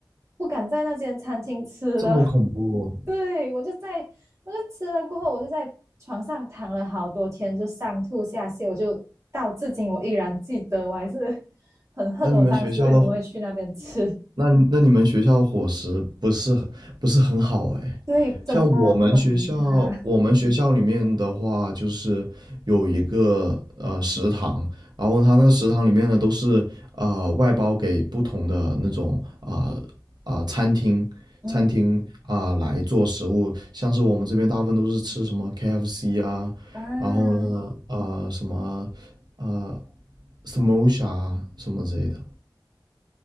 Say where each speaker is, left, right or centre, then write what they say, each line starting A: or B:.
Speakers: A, on the right (about 40°); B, on the right (about 65°).
A: 不敢在那间餐厅吃了。
B: 这么恐怖哦？
A: <laughs> 对，我就在我就吃了过后，我就在床上躺了好多天，就上吐下泻，我就到至今我依然记得，我还是很恨我当时为什么会去那边吃。
B: 那你们学校的那那你们学校伙食不是很不是很好哎，
A: <laughs> 对，真的很差。
B: 像我们学校，我们学校里面的话，就是有一个呃食堂，然后它那个食堂里面呢都是呃外包给不同的那种啊啊、餐厅餐厅啊、
A: 嗯。
B: 来做食物，像是我们这边大部分都是吃什么 KFC 啊，
A: 啊，
B: 然后呢呃什么呃 Samosa 啊什么之类的。